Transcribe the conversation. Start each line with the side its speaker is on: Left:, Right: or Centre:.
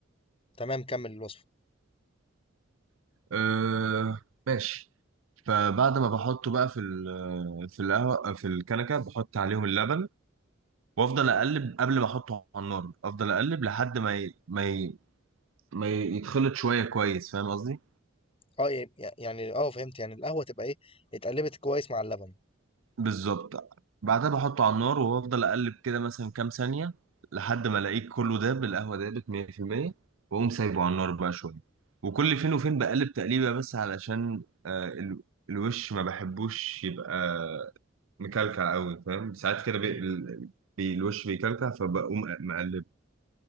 Left: تمام كمل الوصفة
Right: آه ماشي فبعد ما بحطه بقى في ال- في القهوة في الكنكة بحط عليهم اللبن وأفضل أقلب قبل ما أحطه على النار أفضل أقلب لحد ما ي... ما ي... ما يتخلط شوية كويس فاهم قصدي
Left: اه ي- يعني اه فهمت يعني القهوة تبقى ايه اتقلبت كويس مع اللبن
Right: بالظبط بعدها بحطه على النار وافضل اقلب كده مثلا كام ثانيه لحد ما الاقيه كله داب القهوه دابت 100% واقوم سايبه على النار بقى شويه وكل فين وفين بقلب تقليبه بس علشان آه ال- الوش ما بحبوش يبقى مكلكع قوي فاهم ساعات كده بي
Left: مم.
Right: ال- بي الوش بيكلكع فبقوم مقلبه